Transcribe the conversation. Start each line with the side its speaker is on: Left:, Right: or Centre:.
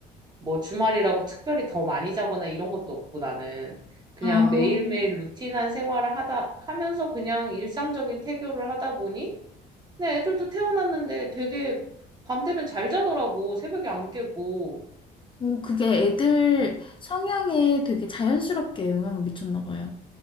Right: 뭐 주말이라고 특별히 더 많이 자거나 이런 것도 없고 나는 그냥
Left: 아,
Right: 어, 매일매일 루틴한 생활을 하다 하면서 그냥 일상적인 태교를 하다 보니 내 애들도 태어났는데 되게 밤 되면 잘 자더라고 새벽에 안 깨고
Left: 오, 그게 애들
Right: 음.
Left: 성향에 되게 자연스럽게 영향을 미쳤나 봐요.